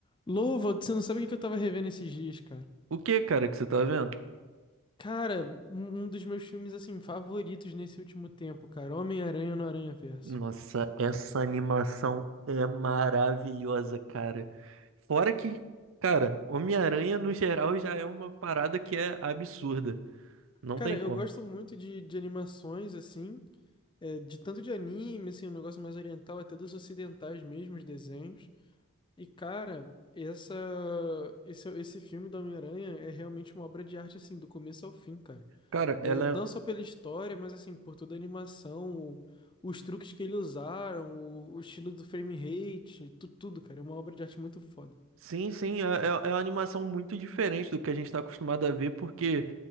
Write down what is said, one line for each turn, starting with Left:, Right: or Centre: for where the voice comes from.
Left: Louva, você não sabe o que eu tava revendo esses dias, cara.
Right: O que, cara, que você tá vendo?
Left: Cara, um, um dos meus filmes, assim, favoritos nesse último tempo, cara. Homem-Aranha no Aranha-Verso.
Right: Nossa, essa animação é maravilhosa, cara. Fora que, cara, Homem-Aranha no geral já é uma parada que é absurda. Não
Left: Cara,
Right: tem
Left: eu
Right: como.
Left: gosto muito de, de animações, assim, é, de tanto de anime, assim, um negócio mais oriental, até dos ocidentais mesmo, os desenhos. E, cara, essa, esse, esse filme do Homem-Aranha é realmente uma obra de arte, assim, do começo ao fim, cara.
Right: Cara,
Left: É,
Right: ela
Left: não
Right: é
Left: só pela história, mas assim, por toda a animação, o- os truques que eles usaram, o, o estilo do frame rate, tu- tudo, cara. É uma obra de arte muito foda.
Right: Sim, sim, é, é é uma animação muito diferente do que a gente está acostumado a ver, porque